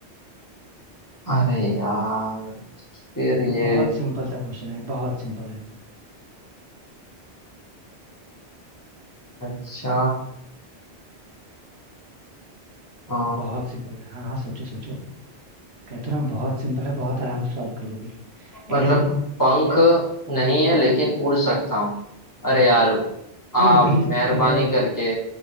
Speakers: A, on the left; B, on the right.
A: अरे यार फिर ये
B: बहुत सिंपल सा क्वेश्चन है बहुत सिंपल है
A: अच्छा अ,
B: बहुत सिंपल है हाँ हाँ सोचो सोचो कहते हो ना बहुत सिंपल है बहुत आराम से सॉल्व कर लोगे
A: मतलब
B: ऐसी कौन सी
A: पंख
B: चीज है
A: नहीं है
B: जो
A: लेकिन उड़ सकता हूँ अरे यार आप
B: उड़ भी सकती
A: मेहरबानी
B: है लेकिन
A: करके